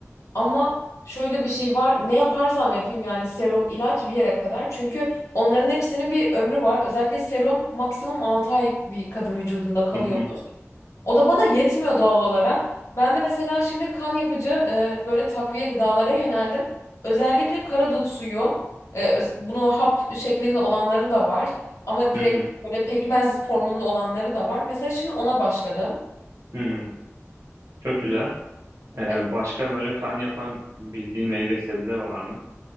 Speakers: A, on the left (about 70°); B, on the right (about 80°).
A: Ama şöyle bir şey var. Ne yaparsam yapayım yani serum, ilaç bir yere kadar. Çünkü onların hepsinin bir ömrü var. Özellikle serum maksimum 6 ay bir kadın vücudunda kalıyor.
B: Hı hı,
A: O da bana yetmiyor doğal olarak. Ben de mesela şimdi kan yapıcı e, böyle takviye gıdalara yöneldim. Özellikle karadut suyu, e, öz- bunu hap şeklinde olanları da var. Ama direkt
B: hı hı,
A: böyle pekmez formunda olanları da var. Mesela şimdi ona başladım.
B: hı hı. Çok güzel. Ee,
A: E,
B: başka böyle kan yapan bildiğin meyve sebze var mı?